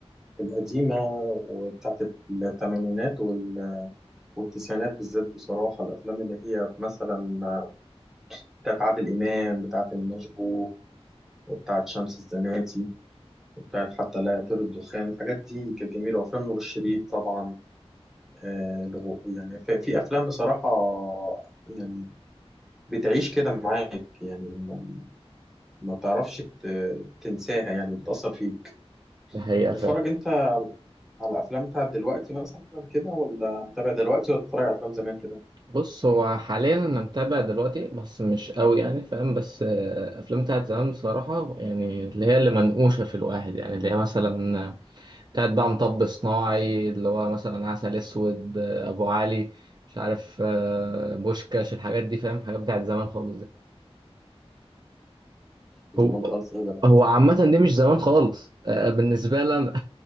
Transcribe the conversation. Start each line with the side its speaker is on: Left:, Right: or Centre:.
Centre: القديمه وبتاعت الثمانينات وال- والتسعينات بالذات بصراحه الافلام اللي هي مثلا بتاعت عادل امام بتاعت المشبوه وبتاعت شمس الزناتي وبتاعت حتى لا يطير الدخان الحاجات دي كانت جميله وافلام نور الشريف طبعا آه الغو- يعني في في افلام بصراحه يعني بتعيش كده معاك يعني ما ما بتعرفش ت- تنساها يعني بتأثر فيك
Right: ده حقيقه
Centre: تتفرج
Right: فعلا
Centre: انت على افلام بتاعت دلوقتي مثلا كده ولا متابع دلوقتي ولا بتتفرج على افلام زمان كده
Right: بص هو حاليا انا متابع دلوقتي بس مش قوي يعني فاهم بس آه، افلام بتاعت زمان بصراحه يعني اللي هي اللي منقوشه في الواحد يعني اللي هي مثلا بتاعت بقى مطب صناعي اللي هو مثلا عسل اسود آه، ابو علي مش عارف آه، بوشكاش الحاجات دي فاهم حاجات بتاعت زمان خالص
Centre: زمان
Right: هو
Centre: خالص ايه يا جدع
Right: هو
Centre: <laughs>
Right: عامة دي مش زمان خالص آه، بالنسبة لي أنا